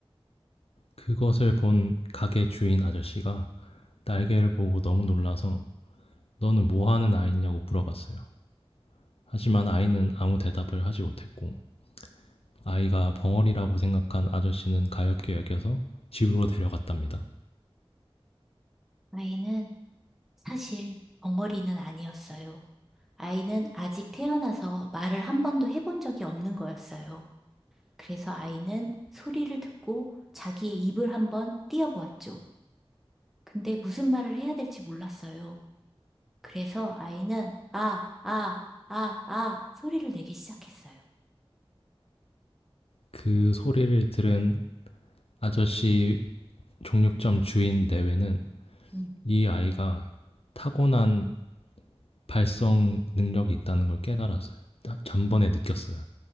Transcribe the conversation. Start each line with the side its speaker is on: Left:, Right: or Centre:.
Left: 그것을 본 가게 주인 아저씨가 날개를 보고 너무 놀라서 너는 뭐 하는 아이냐고 물어봤어요. 하지만 아이는 아무 대답을 하지 못했고 아이가 벙어리라고 생각한 아저씨는 가엾게 여겨서 집으로 데려갔답니다.
Centre: 아이는 사실 벙어리는 아니었어요. 아이는 아직 태어나서 말을 한 번도 해본 적이 없는 거였어요. 그래서 아이는 소리를 듣고 자기의 입을 한번 띄어보았죠. 근데 무슨 말을 해야 될지 몰랐어요. 그래서 아이는 아, 아, 아, 아 소리를 내기 시작했어요.
Left: 그 소리를 들은 아저씨 정육점 주인 내외는
Centre: 음.
Left: 이 아이가 타고난 발성 능력이 있다는 걸 깨달았어요. 전번에 느꼈어요.